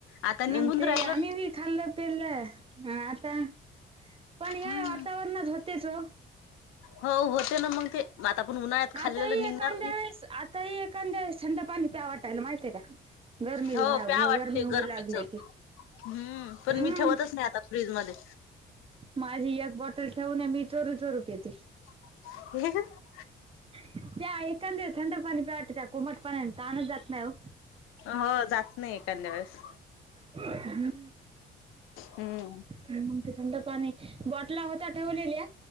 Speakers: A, on the left; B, on the right.
A: आता निघून
B: आण ते
A: राहिलं
B: आम्ही व्ही खाल्लं पिलं, हां आता. पण या
A: हम्म
B: वातावरणच होतेच हो.
A: हो होते ना मग ते म आता पण उन्हाळ्यात खाल्लेलं
B: आताही
A: निघणार
B: एखांद्या
A: नाही
B: वळेस, आताही एखांद्या वेळेस, थंड पाणी प्यावं वाटायलं माहिती हाय का? गरमी
A: हो
B: हा
A: प्या
B: घोगार
A: वाटते
B: घेऊ
A: गरमीच
B: लागल्या की.
A: हम्म, पण
B: हा
A: मी ठेवतच नाही आता फ्रीजमध्ये.
B: माझी एक बॉटल ठेवून मी चोरू चोरू पिते.
A: <unintelligible>
B: त्या एखांद थंड पाणी प्यावं वाटतं, त्या कोमट पाण्यानं तहानच जात नाही ओ.
A: हो जात नाही, एखांद्या वेळेस.
B: हम्म.
A: हम्म
B: मी म्हणते, थंड पाणी बॉटला होता ठेवलेल्या.